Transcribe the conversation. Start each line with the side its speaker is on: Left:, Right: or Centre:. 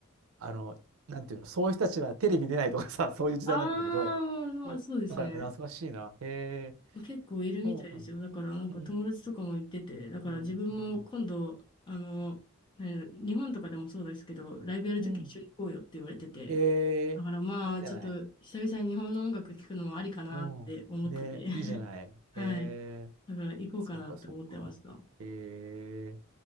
Right: あのなんていうのそういう人たちはテレビ出ないとかさ <laughs> そういう時代なんだけどうんなんか懐かしいなへ
Left: あー、まあ、そうですね。
Right: え
Left: 結構いるみたいですよ。
Right: そうなんだ
Left: だからなんか友達とかも行ってて、
Right: うん
Left: だから自分も今度、
Right: うんうん
Left: あの、何日本とかでもそうですけど、ライブやるとき一緒に行こうよって言われてて、
Right: うんええいいじゃない
Left: だからまあちょっと久々に日本の音楽聴くのもありかなって思ってて、
Right: うんねいいじゃないええ
Left: <laughs> はい。だから行こうかなって思ってました。
Right: そっかそっかええ